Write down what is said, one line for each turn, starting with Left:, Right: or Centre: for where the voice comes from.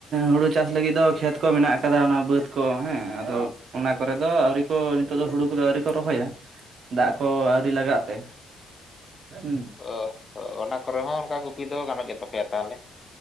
Right: ᱦᱩᱲᱩ ᱪᱟᱥ ᱞᱟᱹᱜᱤᱫ ᱫᱚ ᱠᱷᱮᱛ ᱠᱚ ᱢᱮᱱᱟᱜ ᱟᱠᱟᱫᱟ ᱚᱱᱟ ᱵᱟᱹᱫᱽ ᱠᱚ ᱦᱮᱸ ᱟᱫᱚ ᱚᱱᱟ ᱠᱚᱨᱮ ᱫᱚ ᱟᱹᱣᱨᱤ ᱠᱚ ᱱᱤᱛᱚᱜ ᱫᱚ ᱦᱩᱲᱩ ᱠᱚᱫᱚ ᱟᱹᱣᱨᱤ ᱠᱚ ᱨᱚᱦᱚᱭᱟ᱾ ᱫᱟᱜ ᱠᱚ ᱟᱹᱣᱨᱤ ᱞᱟᱜᱟᱜ ᱛᱮ ᱦᱩᱸ ᱾
Left: ᱚ ᱚᱱᱟ ᱠᱚᱨᱮ ᱦᱚᱸ ᱚᱱᱠᱟ ᱜᱩᱯᱤ ᱫᱚ ᱜᱟᱱᱚᱜ ᱜᱮᱛᱟᱯᱮᱭᱟ ᱛᱟᱦᱚᱞᱮ᱾